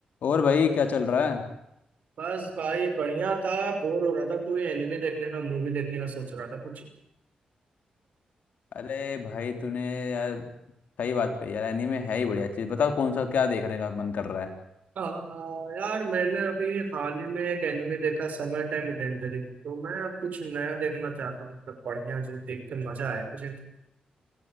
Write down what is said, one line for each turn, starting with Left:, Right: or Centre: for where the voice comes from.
Left: और भाई क्या चल रहा है
Right: बस भाई बढ़िया था बोर हो रहा था कोई एनिमे देखने का मूवी देखने का सोच रहा था कुछ
Left: अरे भाई तूने यार सही बात कही यार एनीमे है ही बढ़िया चीज़ बताओ कौन सा क्या देखने का मन कर रहा है
Right: आ, यार मैंने अभी हाल ही में एक एनिमे देखा समय टाइम इडेंटिटी तो मैं अब कुछ नया देखना चाहता हूँ मतलब बढ़िया जो देख के मजा आए मुझे